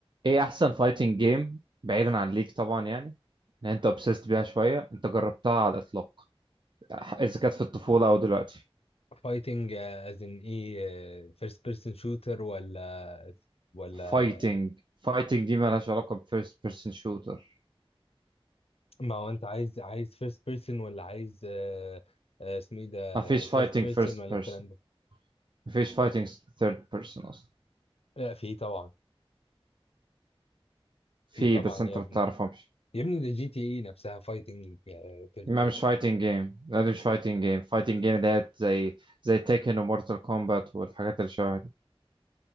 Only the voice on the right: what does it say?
ايه احسن فايتنج جيم بعيدا عن ليك طبعا يعني ان انت اوبسيست بيها شويه انت جربتها على الاطلاق اذا كانت في الطفوله او دلوقتي
فايتنج فايتنج دي مالهاش علاقه بفيرست بيرسون شوتر
مفيش
فايتنج
فيرست
بيرسون
مفيش فايتنج ثيرد بيرسون اصلا
في
بس
انت
ما بتعرفهمش
ما
مش فايتنج جيم لا دي مش فايتنج جيم فايتنج جيم ديت زي زي تيكن ومورتال كومبات والحاجات اللي شبه دي